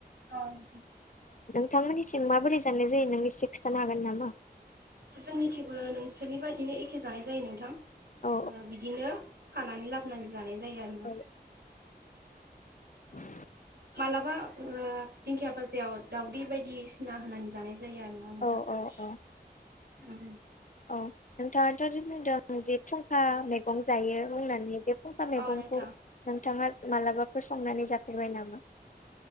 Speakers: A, on the right; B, on the left.
A: अ नोंथां
B: नोंथां मोननिसिम माबोरै जानाय जायो नों एसे खिन्थानो हागोन नामा?
A: जोंनिथिेबो नोंसोरनि बायदिनो एखे जानाय जायो नोंथां
B: औ
A: बिदिनो खानानै लाबो नानै जानाय जायो आरो ना
B: औ <inaudible>
A: मालाबा ओ दिंखिया भाजायाव दाउदै बायदिसिना होननानै जानाय जायो जायो आरोना नोंथां
B: औ औ औ औ नोंथाङाथ' जे बुंदों जे फुंखा मेगं मैगं जायो बुंनानै बे फुंखा मैगंखौ
A: अ नोंथां
B: नोंथाङा मालाबाफोर संनानै जाफेरबाय नामा